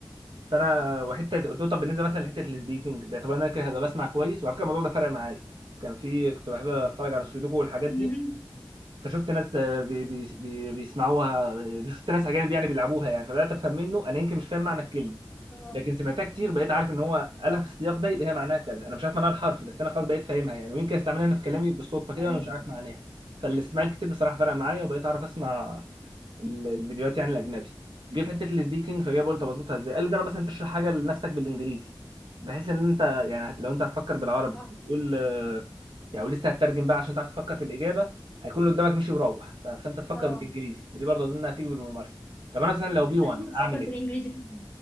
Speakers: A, on the right; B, on the left.
A: فانا وحته قلت له طب بالنسبه مثلا لحته السبيكنج ده طب انا كده هبقى بسمع كويس وعلى فكره الموضوع ده فرق معايا كان في كنت بحب اتفرج على السودوكو والحاجات
B: مهم.
A: دي فشفت ناس آه، بي بي بي بيسمعوها شفت ناس اجانب يعني بيلعبوها يعني فبدات افهم منه انا يمكن مش فاهم معنى الكلمه
B: اه
A: لكن سمعتها كتير بقيت عارف ان هو قالها في السياق ده يبقى هي معناها كذا انا مش عارف معناها الحرفي بس انا خلاص بقيت فاهمها يعني ويمكن استعملها انا في كلامي بالصدفه كده
B: ايوه
A: وانا مش عارف معناها فالاستماع الكتير بصراحه فرق معايا وبقيت اعرف اسمع ال- الفيديوهات يعني الاجنبي جه في حته السبيكنج فجاي بقول طب اظبطها ازاي قال جرب مثلا تشرح حاجه لنفسك بالانجليزي بحيث ان انت يعني لو انت هتفكر بالعربي
B: صح
A: وتقول آه، يعني ولسه هتترجم بقى عشان تعرف تفكر في الاجابه هيكون اللي قدامك مشي وروح ف- فانت تفكر
B: اه
A: بالانجليزي ودي برضه اظن هتيجي بالممارسه طب انا مثلا
B: الفكره
A: لو بي 1
B: ان انت تفكر
A: اعمل ايه
B: بالانجليزي فعلا